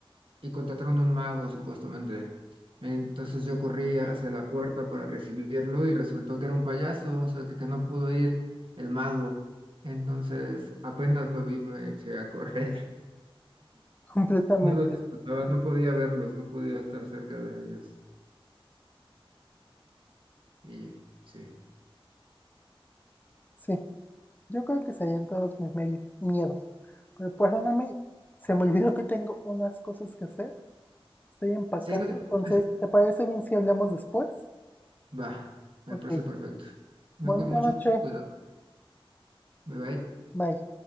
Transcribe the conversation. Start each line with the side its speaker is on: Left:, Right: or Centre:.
Right: y contrataron un mago, supuestamente. Entonces yo corrí hacia la puerta para recibirlo y resultó que era un payaso, o sea, que, que no pudo ir el mago. Entonces apenas lo vi, me eché a correr. <laughs>
Left: completamente.
Right: No lo disfrutaba, no podía verlos, no podía estar cerca de ellos. Y sí.
Left: Sí. Yo creo que serían todos mis medios, miedos. Pero perdóname, se me olvidó que tengo unas cosas que hacer. Estoy empacando.
Right: Sí, no te preocupes.
Left: Entonces, ¿te parece bien si hablamos después?
Right: Va, me
Left: Ok.
Right: parece perfecto. Me
Left: Bonita
Right: voy con mucho
Left: noche.
Right: cuidado. Bye bye.
Left: Bye.